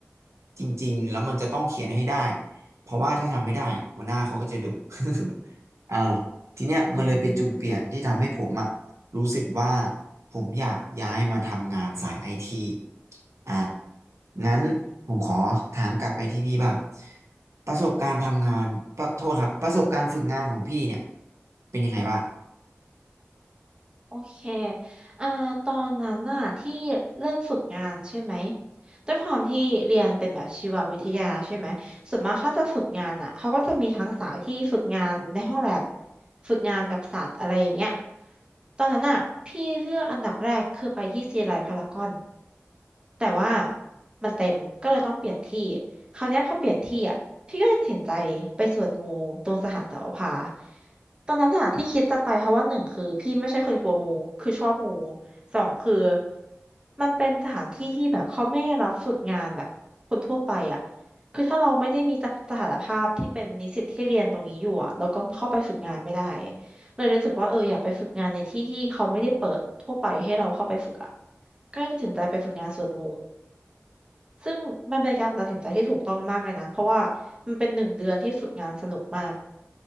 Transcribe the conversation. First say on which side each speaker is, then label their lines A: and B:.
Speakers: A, on the right; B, on the right.
A: จริงๆแล้วมันจะต้องเขียนให้ได้เพราะว่าถ้าทำไม่ได้หัวหน้าเขาก็จะดุ <laughs> อ่าทีเนี้ยมันเลยเป็นจุดเปลี่ยนที่ทำให้ผมอ่ะ
B: อืม
A: รู้สึกว่าผมอยากย้ายมาทำงานสายไอทีอ่ะงั้นผมขอถามกลับไปที่พี่บ้างประสบการณ์ทำงานประโทษครับประสบการณ์ฝึกงานของพี่เนี่ยเป็นยังไงบ้าง
B: โอเค อ่า ตอนนั้นน่ะที่เริ่มฝึกงานใช่ไหมด้วยความที่เรียนเป็นแบบชีววิทยาใช่ไหมส่วนมากเขาจะฝึกงานอ่ะเขาก็จะมีทั้งสายที่ฝึกงานในห้องแลบฝึกงานกับสัตว์อะไรอย่างเงี้ยตอนนั้นน่ะพี่เลือกอันดับแรกคือไปที่ซีไลพารากอน แต่ว่ามันเต็มก็เลยต้องเปลี่ยนที่คราวเนี้ยพอเปลี่ยนที่อ่ะพี่ก็เลยตัดสินใจไปสวนงูตรงสถานเสาวภาตอนนั้นอ่ะที่คิดจะไปเพราะว่าหนึ่งคือพี่ไม่ใช่คนกลัวงูคือชอบงูสองคือมันเป็นสถานที่ที่แบบเขาไม่รับฝึกงานแบบคนทั่วไปอ่ะคือถ้าเราไม่ได้มีสถานภาพที่เป็นนิสิตที่เรียนตรงนี้อยู่อ่ะแล้วก็เข้าไปฝึกงานไม่ได้เลยรู้สึกว่าเอออยากไปฝึกงานในที่ที่เขาไม่ได้เปิดทั่วไปให้เราเข้าไปฝึกอ่ะก็เลยตัดสินใจไปฝึกงานสวนงู ซึ่งมันเป็นการตัดสินใจที่ถูกต้องมากเลยนะ เพราะว่ามันเป็นหนึ่งเดือนที่ฝึกงานสนุกมาก